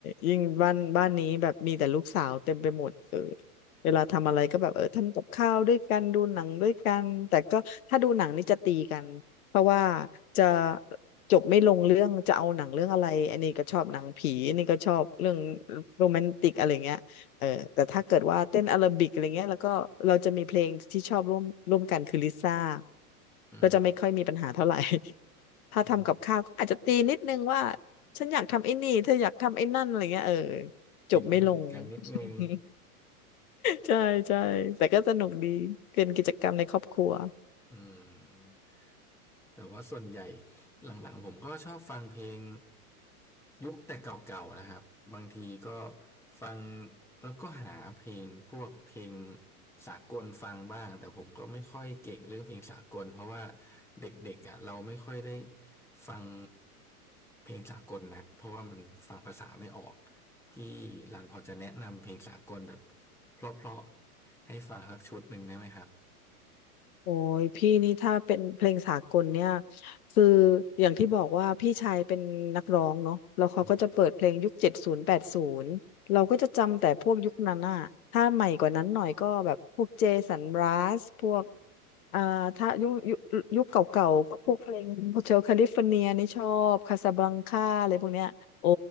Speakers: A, on the left; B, in the centre.
A: ยิ่งบ้านบ้านนี้แบบมีแต่ลูกสาวเต็มไปหมดเออเวลาทำอะไรก็แบบเออทำกับข้าวด้วยกันดูหนังด้วยกันแต่ก็ถ้าดูหนังนี่จะตีกันเพราะว่าจะจบไม่ลงเรื่องจะเอาหนังเรื่องอะไรอันนี้ก็ชอบหนังผีอันนี้ก็ชอบเรื่องโรแมนติกอะไรเงี้ยเออแต่ถ้าเกิดว่าเต้นอาราบิกอะไรเงี้ยแล้วก็เราจะมีเพลงที่ชอบร่วมร่วมกันคือลิซ่า
B: อืม
A: ก็จะไม่ค่อยมีปัญหาเท่าไหร่ ถ้าทำกับข้าวอาจจะตีนิดนึงว่า
B: อืม
A: ฉันอยากทำไอ้นี่เธออยากทำไอ้นั่นอะไรเงี้ยเออ
B: กินให้เหมือนกันนิดนึง
A: จบไม่ลง <laughs> ใช่ใช่แต่ก็สนุกดีเป็นกิจกรรมในครอบครัว
B: อืม แต่ว่าส่วนใหญ่หลังๆผมก็ชอบฟังเพลงยุคแต่เก่าๆนะครับบางทีก็ฟังแล้วก็หาเพลงพวกเพลงสากลฟังบ้างแต่ผมก็ไม่ค่อยเก่งเรื่องเพลงสากลเพราะว่าเด็กๆอ่ะเราไม่ค่อยได้ฟังเพลงสากลนักเพราะว่ามันฟังภาษาไม่ออกพี่รันพอจะแนะนำเพลงสากลแบบเพราะๆให้ฟังสักชุดหนึ่งได้ไหมครับ
A: โอ้ยพี่นี่ถ้าเป็นเพลงสากลเนี่ยคืออย่างที่บอกว่าพี่ชายเป็นนักร้องเนาะแล้วเขาก็จะเปิดเพลงยุคเจ็ดศูนย์แปดศูนย์เราก็จะจำแต่พวกยุคนั้นอ่ะถ้าใหม่กว่านั้นหน่อยก็แบบพวกเจสันรัสพวก
B: อืม
A: อ่าถ้ายุคยุคยุคเก่าๆก็พวกเพลงโฮเชลแคลิฟอร์เนียนี่ชอบคาซาบลังคาอะไรพวกเนี้ยโอ้